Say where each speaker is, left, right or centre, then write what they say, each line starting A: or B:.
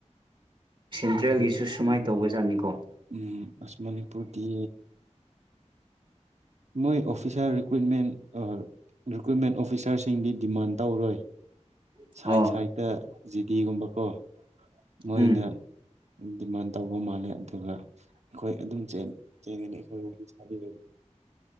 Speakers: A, on the right; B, on the right.
A: ꯁꯦꯟꯇ꯭ꯔꯦꯜꯒꯤꯁꯨ
B: ꯍꯥꯏꯗꯤ
A: ꯁꯨꯃꯥꯏ ꯇ ꯇꯧꯕꯖꯥꯠꯅꯤꯀꯣ
B: ꯎꯝ ꯑꯁ ꯃꯅꯤꯄꯨꯔꯗꯤ ꯃꯣꯏ ꯑꯣꯐꯤꯁꯤꯁꯔ ꯀꯨꯏꯠꯃꯦꯜ ꯔꯤꯀ꯭ꯨꯋꯏꯃꯦꯟ ꯑꯣꯐ ꯑꯣꯐꯤꯁꯥꯔꯁꯤꯡꯗꯤ ꯗꯤꯃꯥꯟ ꯇꯧꯔꯣꯏ
A: ꯑꯣ
B: ꯁꯥꯏꯠ ꯁꯥꯏꯠꯇ ꯖꯤꯗꯤꯒꯨꯝꯕꯀꯣ ꯃꯣꯏꯅ
A: ꯎꯝ
B: ꯗꯤꯃꯥꯟ ꯇꯧꯕ ꯃꯥꯜꯂꯦ ꯑꯗꯨꯒ ꯑꯩꯈꯣꯏ ꯑꯗꯨꯝꯦꯟ ꯆꯦꯟꯒꯅꯤ ꯑꯩꯈꯣꯏ ꯋꯥꯔꯤ ꯁꯥꯕꯤꯔ